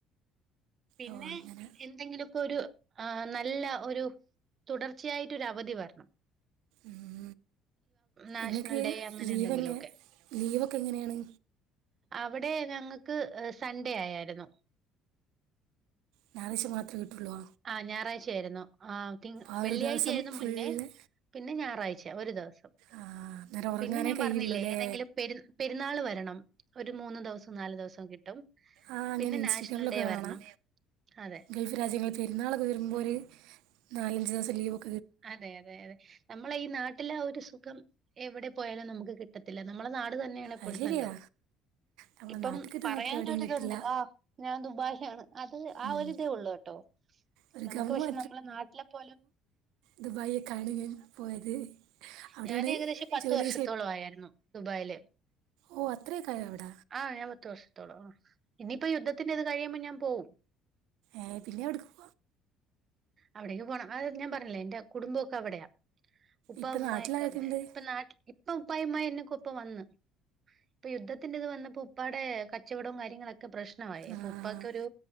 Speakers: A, on the right; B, on the right.
A: പിന്നെ
B: ഓ അങ്ങനെ
A: എന്തെങ്കിലുക്കെ ഒരു ആ നല്ല ഒരു തുടർച്ചയായിട്ട് ഒരു അവധി വരണം
B: ഉം
A: നാഷണൽ
B: ഇങ്ങക്ക്
A: ഡേ അങ്ങനെ
B: ലീവെങ്ങ
A: എന്തെങ്കിലും ഒക്കെ
B: ലീവൊക്കെ എങ്ങനെയാണ്?
A: അവിടെ ഞങ്ങൾക്ക് സൺഡേ ആയായിരുന്നു.
B: ഞായറാഴ്‌ച മാത്രേ കിട്ടുള്ളോ
A: ആഹ് ഞായറാഴ്ചയായിരുന്നു ആ തിങ്
B: ആ
A: വെള്ളിയാഴ്ചയായിരുന്നു
B: ഒരു ദിവസം ഫുള്ള്
A: മുന്നേ പിന്നെ ഞായറാഴ്ച ഒരു ദിവസം
B: ആ അന്നേരം ഉറങ്ങാനേ
A: പിന്നെ ഞാൻ
B: കഴിയുള്ളൂ
A: പറഞ്ഞില്ലേ
B: അല്ലേ
A: ഏതെങ്കിലും പെരു പെരുന്നാള് വരണം ഒരു മൂന്ന് ദിവസവും നാല് ദിവസവും കിട്ടും.
B: ആഹ് അങ്ങനെ
A: പിന്നെ
B: ഇൻസ്റ്റഗ്രാമിലൊക്കെ
A: നാഷണൽ ഡേ
B: കാണാം.
A: വരണം അതെ
B: ഗൾഫ് രാജ്യങ്ങിൽ പെരുന്നാളൊക്കെ വരുമ്പോ ഒരു നാലഞ്ച് ദിവസം ലീവും
A: അതെ അതെ അതെ നമ്മളെ ഈ നാട്ടിൽ ആ ഒരു സുഖം എവിടെ പോയാലും നമുക്ക് കിട് റ്റത്തില്ല നമ്മള നാട് തന്നെയാണ് എപ്പോഴും
B: അത് ശരിയാ
A: നല്ലത്
B: നമ്മുടെ
A: ഇപ്പം
B: നാട് വിട്ട്
A: പറയാനൊരിതുണ്ട്
B: പോയാ കിട്ടത്തില്ല. നമ്മുടെ നാട്ടിൽ കിട്ടുന്ന അത്ര എവിടെയും കിട്ടില്ല
A: ആഹ് ഞാൻ ദുബായ് ആണ് അത് ആ
B: ഉം
A: ഒരി ഇതേ ഉള്ളു കേട്ടോ
B: ഒരു
A: നമുക്ക്
B: ഗമ്മ
A: പക്ഷെ നമ്മളെ നാട്ടിലെ പോലും
B: ദുബായായി കാണു ഞാൻ പോയത് അവിടെയാണ്
A: ഞാന് ഏകദേശം പത്ത്
B: ജോലി
A: വർഷത്തോളം ആയിരുന്നു ദുബായില്.
B: ഓഹ് അത്രയേക്കായോ അവിട.
A: ആഹ് ഞാൻ പത്ത് വർഷത്തോളം ആഹ് ഇനിയിപ്പോ യുദ്ധത്തിന്റെത് കഴിയുമ്പോ ഞാൻ പോവും.
B: ഏയ് പിന്നെ അവിടുക്കും
A: അവിടേക്ക് പോണം അത് ഞാൻ പറഞ്ഞില്ലേ എന്റെ കുടുമ്പോക്കെ അവിടെയാ ഉപ്പാ
B: ഇപ്പം
A: ഉമ്മായൊക്കെ
B: നാട്ടിലാരൊക്കെയുണ്ട്
A: അവിടെയാ ഇപ്പൊ നാട്ടി ഇപ്പ ഉപ്പായ ഉമായിന്നെക്ക ഇപ്പം വന്ന് ഇപ്പൊ യുദ്ധത്തിന്റെ ഇത് വന്നപ്പോ ഉപ്പാടെ കച്ചവടവും കാര്യങ്ങളൊക്കെ പ്രശ്നമായി
B: ആഹ്
A: അപ്പൊ ഉപ്പക്കെരു